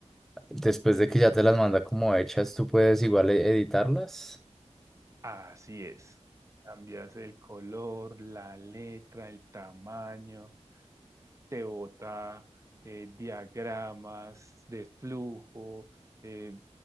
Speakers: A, in the centre; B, on the right.
A: después de que ya te las manda como hechas, ¿tú puedes igual e- editarlas?
B: Así es. Cambias el color, la letra, el tamaño, te bota eh, diagramas de flujo, eh,